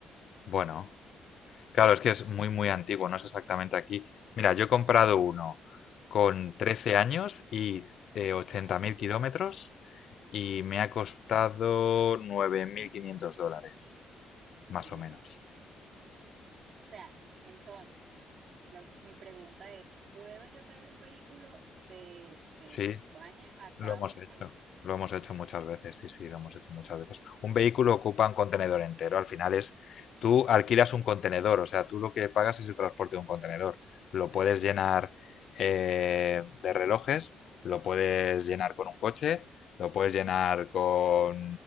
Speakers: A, on the left; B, on the right.
A: Bueno, claro, es que es muy, muy antiguo, no es exactamente aquí. Mira, yo he comprado uno con 13 años y eh, ochenta mil kilómetros y me ha costado 9.500 dólares, más
B: imagínate.
A: o menos.
B: O sea, entonces... Lo- mi pregunta es, ¿puedo yo traer un vehículo de, de,
A: Sí,
B: de España acá
A: Lo hemos
B: a Venezuela?
A: hecho, lo hemos hecho muchas veces, sí, sí, lo hemos hecho muchas veces. Un vehículo ocupa un contenedor entero, al final es, tú alquilas un contenedor, o sea, tú lo que pagas es el transporte de un contenedor. Lo puedes llenar eh, de relojes, lo puedes llenar con un coche, lo puedes llenar con